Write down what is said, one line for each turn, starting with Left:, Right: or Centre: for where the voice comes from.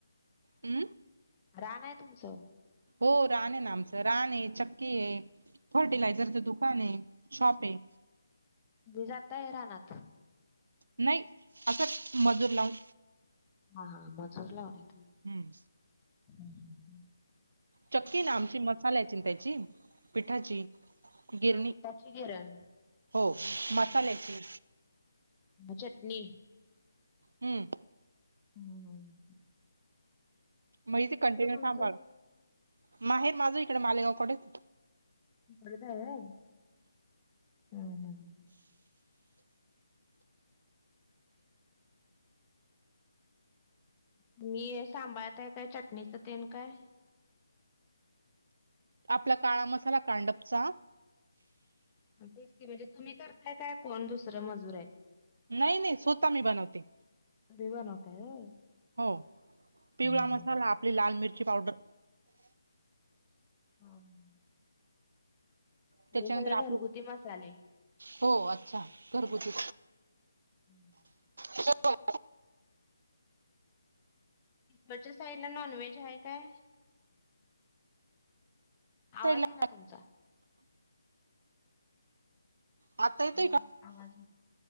Right: हम.
Left: रान आहे तुमचं?
Right: हो रान आहे, ना आमचं रान आहे, चक्की आहे, फर्टिलायझरचं दुकान आहे, शॉप आहे.
Left: मी जाताय रानात?
Right: नाही, असं मजूर लावून.
Left: हा, हा मजूर लावलाय तुम्ही.
Right: हम्म.
Left: हम् <unintelligible>
Right: चक्की ना आमची, मसाल्याची ना त्याची पिठाची. गिरणी
Left: हा पिठाची गिरण.
Right: हो मसाल्याची.
Left: ह चटणी.
Right: हम्म.
Left: हम.
Right: म्हग ते कंटिन्यू
Left: तुमचं?
Right: थांबाव लागत, माहेर माझं इकडे मालेगावकडेच.
Left: पुतर आहे <unintelligible> हम्म. तुम्ही सांबळत आहे काय, चटणीचं तेन काय.
Right: आपला काळा मसाला कांडपचा.
Left: तेच की, म्हणजे तुम्ही करताय काय कोण दुसरं मजूर आहे.
Right: नाही-नाही स्वत मी बनवते.
Left: तुम्ही बनवताय होय.
Right: हो, पिवळा
Left: हम्म
Right: मसाला,
Left: हम्म.
Right: आपली लाल मिरची पावडर.
Left: हम.
Right: त्याच्यानंतर
Left: सगळे
Right: आप,
Left: घरगुती मसाले.
Right: हो अच्छा घरगुती.
Left: हम् <unintelligible>
Right: हो <unintelligible>
Left: तीकडच्या साईड ला नॉनव्हेज आहे काय? आवाज
Right: पहिला-
Left: येईना तुमचा.
Right: आता येतोय
Left: आवाज
Right: का?
Left: आवाज,